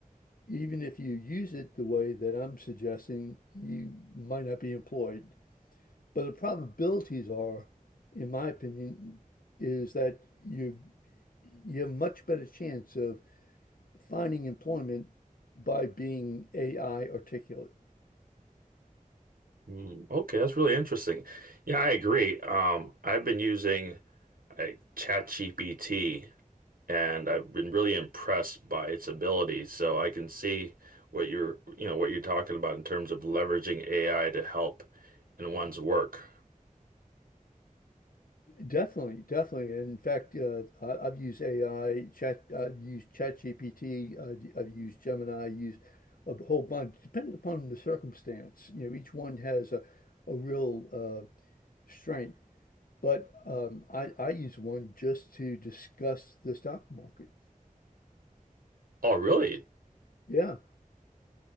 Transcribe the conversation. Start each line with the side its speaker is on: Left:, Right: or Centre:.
Left: even if you use it the way that I'm suggesting, you might not be employed. But the probabilities are, in my opinion, is that you you have a much better chance of finding employment by being AI articulate.
Right: Hmm, okay, that's really interesting. Yeah, I agree. Um, I've been using like ChatGPT and I've been really impressed by its ability. So I can see what you're, you know, what you're talking about in terms of leveraging AI to help in one's work.
Left: Definitely, definitely. in fact, uh, I, I've used AI, chat, I've used ChatGPT, I've, I've used Gemini, i use a whole bunch, depending upon the circumstance. You know, each one has a, a real uh, strength. But um, I, I use one just to discuss the stock market.
Right: Oh, really?
Left: Yeah.